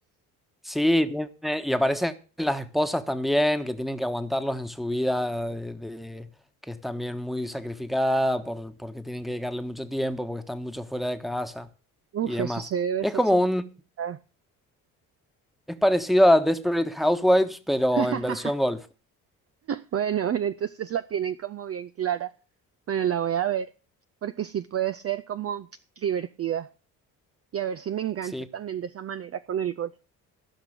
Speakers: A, in the centre; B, on the right.
A: Sí, tiene- y aparecen las esposas también que tienen que aguantarlos en su vida, de- de- que es también muy sacrificada por, porque tienen que dedicarle mucho tiempo, porque están mucho fuera de casa
B: Uf,
A: y demás.
B: eso se debe
A: Es
B: ser
A: como
B: súper.
A: un,
B: complicado.
A: es parecido a Desperate Housewives, pero
B: <laughs>
A: en versión golf.
B: Bueno, bueno, entonces la tienen como bien clara. Bueno, la voy a ver, porque sí puede ser como divertida. Y a ver si me engancho
A: Sí,
B: también de esa manera con el gol.